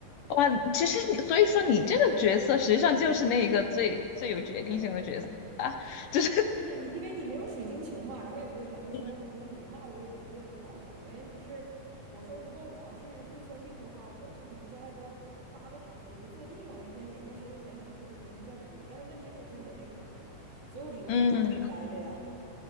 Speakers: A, on the left; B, on the right.
A: 哇，其实你，所以说你这个角色实际上就是那一个最最有决定性的角色啊，
B: 对。
A: 就是，
B: 就是你，因为你没有水晶球嘛，然后有的很多时候我说你们骂我也我也没有办法，
A: 嗯，
B: 原因就是我说如果我要是会算命的话，我就肯定在外边儿搭个毯子，我就坐地上，我一天每天收的钱肯定比我工资赚的多，但是问题是我现在没这功能嘛，所以我只能在公司待着呀。
A: 嗯